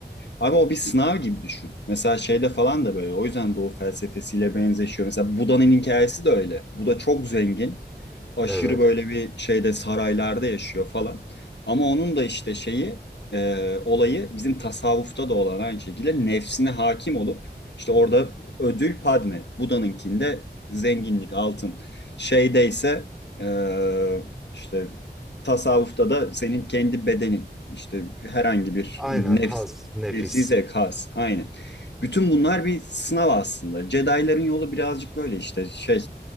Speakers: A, on the left (about 80°); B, in the centre.
A: Abi o bir sınav gibi düşün. Mesela şeyde falan da böyle. O yüzden Doğu felsefesiyle benzeşiyor. Mesela Buda'nın hikayesi de öyle. Buda çok zengin aşırı
B: Evet.
A: böyle bir şeyde saraylarda yaşıyor falan. Ama onun da işte şeyi e, olayı bizim tasavvufta da olan aynı şekilde nefsine hakim olup işte orada ödül Padme, Buda'nınkinde zenginlik, altın. Şeyde ise e, işte tasavvufta da senin kendi bedenin işte herhangi bir
B: Aynen
A: nefs,
B: haz, nefis.
A: nefsi zevk has aynen. Bütün bunlar bir sınav aslında. Jedi'ların yolu birazcık böyle işte şey